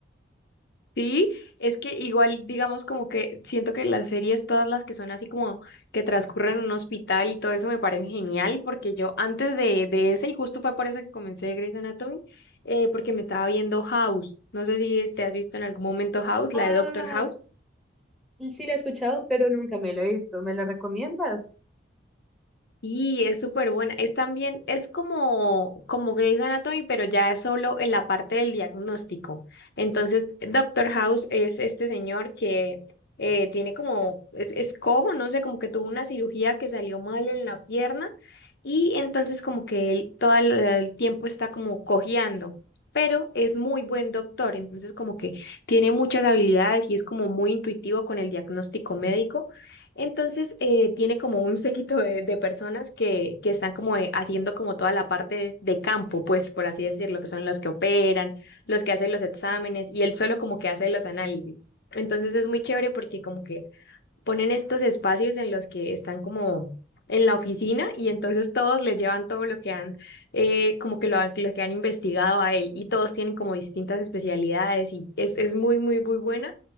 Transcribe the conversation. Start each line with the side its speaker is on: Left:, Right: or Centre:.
Left: Sí, es que igual, digamos, como que siento que las series, todas las que son así como que transcurren en un hospital y todo eso me parecen genial, porque yo antes de, de ese, y justo fue por eso que comencé Grey's Anatomy, eh, porque me estaba viendo House, no sé si te has visto en algún momento House, la
Centre: Ah,
Left: de Doctor House.
Centre: y sí la he escuchado, pero nunca me la he visto. ¿Me la recomiendas?
Left: Y es súper buena. Es también, es como, como Grey's Anatomy, pero ya es solo en la parte del diagnóstico. Entonces, Doctor House es este señor que eh, tiene como, es, es cojo, no sé, como que tuvo una cirugía que salió mal en la pierna y entonces como que él todo el, el tiempo está como cojeando. Pero es muy buen doctor, entonces como que tiene muchas habilidades y es como muy intuitivo con el diagnóstico médico. Entonces, eh, tiene como un séquito de, de personas que, que están como eh, haciendo como toda la parte de campo, pues por así decirlo, que son los que operan, los que hacen los exámenes y él solo como que hace los análisis. Entonces es muy chévere porque como que ponen estos espacios en los que están como en la oficina y entonces todos le llevan todo lo que han, eh, como que lo, han- lo que han investigado a él y todos tienen como distintas especialidades y es, es muy, muy, muy buena